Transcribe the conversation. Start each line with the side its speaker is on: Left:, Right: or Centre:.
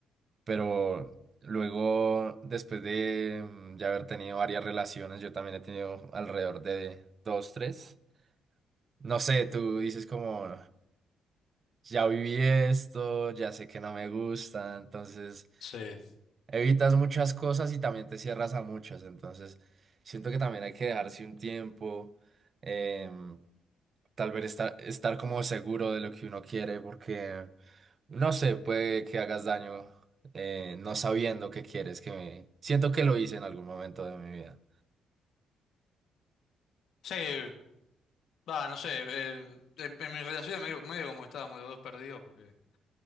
Right: pero luego, después de mm, ya haber tenido varias relaciones, yo también he tenido alrededor de dos, tres. No sé, tú dices como, ya viví esto, ya sé que no me gusta, entonces
Left: Sí.
Right: evitas muchas cosas y también te cierras a muchas, entonces siento que también hay que dejarse un tiempo. em, Tal vez estar, estar como seguro de lo que uno quiere, porque no sé, puede que hagas daño eh, no sabiendo qué quieres, que me... Siento que lo hice en algún momento de mi vida.
Left: Sí, va, no sé. eh, en, en mi relación medio, medio como estábamos los dos perdidos porque